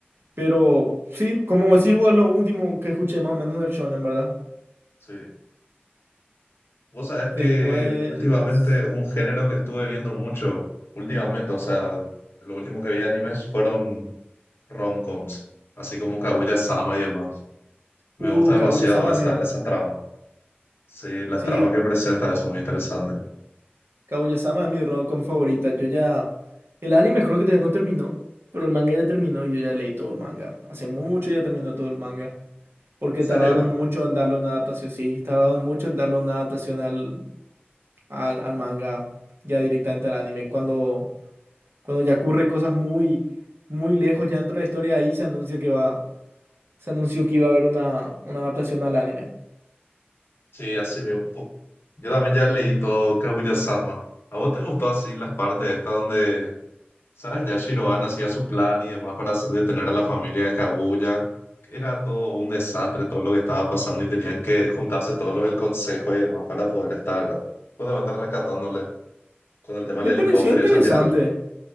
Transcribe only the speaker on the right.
Pero sí, como decís vos, lo último que escuché más o menos del shonen, ¿verdad?
Después,
uh,
Kaguya-sama
a mí me gusta
mucho.
Sí,
Kaguya-sama es mi rom-com favorita. Yo ya, el anime creo que todavía no terminó, pero el manga ya terminó y yo ya leí todo el manga. Hace mucho ya terminó todo el manga. Porque
tardaron mucho en darle una adaptación, sí, tardaron mucho en darle una adaptación al al, al manga, ya directamente al anime. Cuando, cuando ya ocurre cosas muy, muy lejos ya dentro de la historia, ahí se anuncia que va, se anunció que iba a haber una, una adaptación al anime.
Me
pareció interesante,